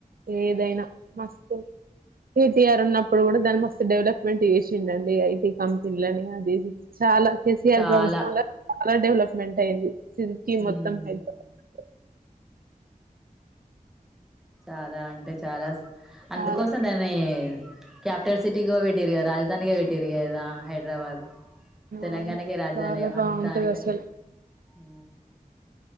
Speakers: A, on the right; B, in the centre.
A: ఏదైనా మస్తు కేటీఆర్ ఉన్నప్పుడు కూడా దాన్ని మస్తు డెవలప్మెంట్ చేసిండ అండి ఐటీ కంపెనీల అని అది చాలా ఎసిఆరు
B: చాలా
A: బ చాలా డెవలప్మెంట్ అయింది సిటీ
B: హ్మ్
A: మొత్తం హైదరాబాద్
B: చాలా అంటే చాలా అందుకోసం
A: చాలా
B: దాన్ని క్యాపిటల్ సిటీ గబటిరిగా రాజధాగాబటిరిగదా హైదరాబాద్ తెలంగాణకే
A: అవును
B: రాజధాని
A: చాలా బాగుంటది
B: అందానికంటే
A: అసలు
B: ఆ